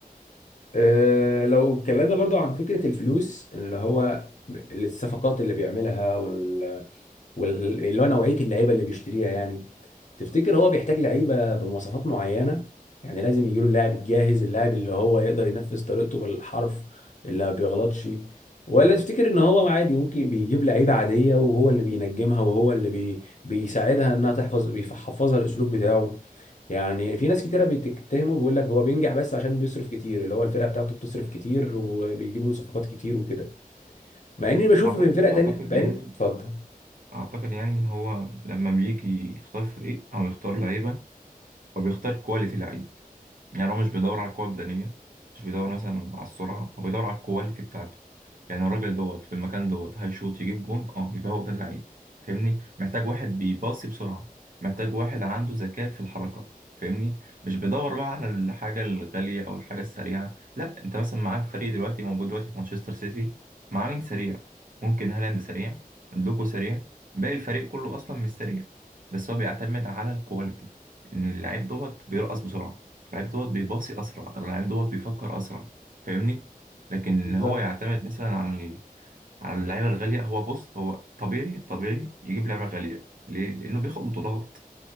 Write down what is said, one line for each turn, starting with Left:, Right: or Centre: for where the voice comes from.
Left: آه، لو اتكلمنا برضو عن فكره الفلوس اللي هو الصفقات اللي بيعملها وال... وال... اللي هو نوعيه اللعيبه اللي بيشتريها يعني تفتكر هو بيحتاج لعيبه بمواصفات معينه يعني لازم يجيله اللاعب الجاهز اللاعب اللي هو يقدر ينفذ طريقته بالحرف اللي ما بيغلطش ولا تفتكر ان هو عادي ممكن بيجيب لعيبه عاديه وهو اللي بينجمها وهو اللي بي بيساعدها انها تحفظ بيحفظها الاسلوب بتاعه يعني في ناس كتيره بتتهمه بيقول لك هو بينجح بس عشان بيصرف كتير اللي هو الفرقه بتاعته بتصرف كتير وبيجيبوا له صفقات كتير وكده مع اني بشوف
Right: اعتقد
Left: في فرق
Right: اعتقد
Left: تانية بعدين
Right: يعني
Left: اتفضل
Right: اعتقد يعني ان هو لما بيجي يختار فريق او يختار لعيبة هو بيختار كواليتي لعيبة يعني هو مش بيدور على القوة البدنية مش بيدور مثلا على السرعة هو بيدور على الكواليتي بتاعته يعني الراجل دوت في المكان دوت هيشوط يجيب جون اه يبقى هو ده اللعيب فاهمني محتاج واحد بيباصي بسرعة محتاج واحد عنده ذكاء في الحركة فاهمني مش بيدور بقى على الحاجة الغالية أو الحاجة السريعة لا أنت مثلا معاك فريق دلوقتي موجود دلوقتي في مانشستر سيتي معاه مين سريع ممكن هالاند سريع دوكو سريع باقي الفريق كله أصلا مش سريع بس هو بيعتمد على الكواليتي إن اللعيب دوت بيرقص بسرعة اللعيب دوت بيباصي اسرع اللعيب دوت بيفكر اسرع فاهمني لكن ان
Left: بالظبط.
Right: هو يعتمد مثلا على ال- على اللعيبه الغاليه هو بص هو طبيعي طبيعي يجيب لعبه غاليه ليه لانه بياخد بطولات